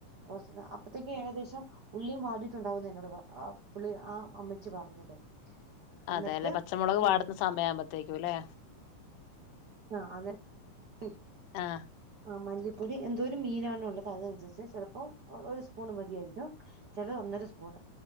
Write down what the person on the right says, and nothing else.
കുറച്ച് അപ്പഴത്തേക്ക് ഏകദേശം ഉള്ളിയും വാടിയിട്ടുണ്ടാവുന്ന എന്നോട് പുള്ളി ആ അമ്മച്ചി പറഞ്ഞത്
എന്നിട്ട്
ആ
ആഹ് അതെ <unintelligible>
ആ മല്ലിപ്പൊടി എന്തോ ഒരു മീനാണ ഉള്ളത് അതനുസരിച്ച് ചെലപ്പോം ഒരു സ്പൂൺ മതിയായിരിക്കും ചെലത് ഒന്നര സ്പൂണ്